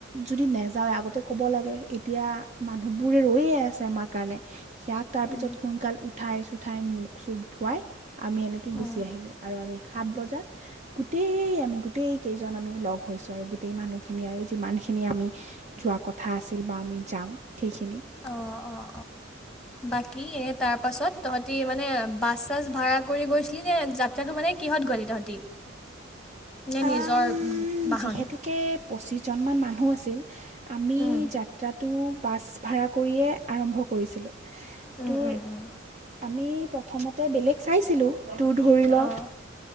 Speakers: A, on the right; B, in the centre.
A: যদি নাযাও আগতে কব লাগে এতিয়া মানুহবোৰে ৰৈয়ে আছে আমাৰ কাৰণে ইয়াক তাৰ পিছত
B: উম
A: সোনকাল উঠাই আছো সো উৎ ঠাইমো চুঠোৱাই আমি এনেকৈ
B: উম
A: গুচি আহিলোঁ আৰু আমি সাত বজাত গোটেই আমি গোটেই কেইজন আমি লগ হৈছোঁ আৰু গোটেই মানুহখিনি আৰু যিমানখিনি আমি যোৱা কথা আছিল বা আমি যাম সেইখিনি
B: অঁ অঁ বাকী এনে তাৰপাছত তহঁতি মানে বাছ চাছ ভাড়া কৰি গৈছিলি নে যাত্ৰাটো মানে কিহত গ'লে তহঁতি নে নিজৰ
A: আম
B: বাহন
A: যিহেতুকে পঁচিছ জন মান মানুহ মো আছিল আমি
B: উম
A: যাত্ৰাটো পাছ ভাড়া কৰিয়ে আৰম্ভ কৰিছিলোঁ
B: উম
A: তোৰ
B: উম উম
A: আমি প্ৰথমতে বেলেগ চাইছিলোঁ টো ধৰি ল
B: অঁ